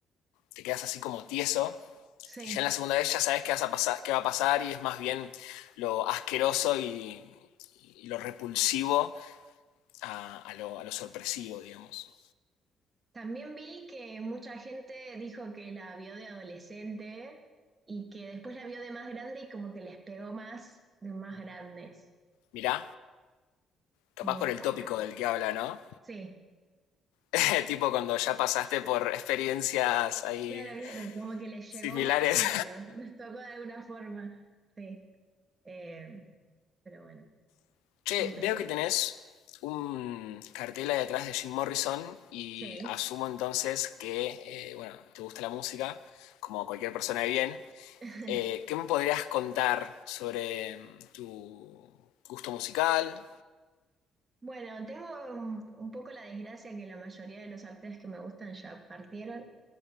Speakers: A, on the left (about 70°); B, on the right (about 30°).
A: te quedas así como tieso
B: sí.
A: Y ya en la segunda vez ya sabes qué, vas a pasar, qué va a pasar y es más bien lo asqueroso y, y lo repulsivo a, a, lo, a lo sorpresivo, digamos.
B: También vi que mucha gente dijo que la vio de adolescente y que después la vio de más grande y como que les pegó más de más grandes.
A: Mirá, capaz
B: Como
A: por
B: que,
A: el tópico del que habla, ¿no?
B: sí.
A: <laughs> tipo cuando ya pasaste por experiencias ahí
B: Claro, claro, como que les
A: similares.
B: llegó más y no, lo- los tocó de alguna forma. Sí, eh, pero bueno,
A: <laughs> che,
B: son películas.
A: veo que tenés un cartel ahí atrás de Jim Morrison y
B: Sí.
A: asumo entonces que, eh, bueno, te gusta la música, como cualquier persona de bien.
B: <laughs>
A: Eh, ¿Qué me podrías contar sobre mm, tu gusto musical?
B: Bueno, tengo un, un poco la desgracia que la mayoría de los artistas que me gustan ya partieron.